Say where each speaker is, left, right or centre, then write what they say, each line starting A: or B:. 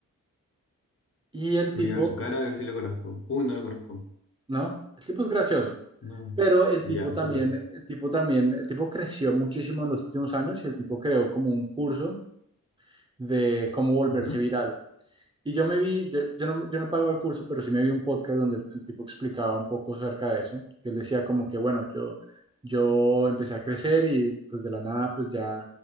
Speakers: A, on the right; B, on the left.
A: Y el tipo,
B: voy a ver su cara a ver si lo conozco. Uy, no lo conozco.
A: ¿no? El tipo es gracioso.
B: No.
A: Pero el
B: Ya,
A: tipo también,
B: súper.
A: el tipo también, el tipo creció muchísimo en los últimos años y el tipo creó como un curso de cómo volverse
B: Ujú.
A: viral. Y yo me vi, yo, yo no, yo no he pagado el curso, pero sí me vi un podcast donde el, el tipo explicaba un poco acerca de eso. Que él decía como que, bueno, yo, yo empecé a crecer y pues de la nada, pues ya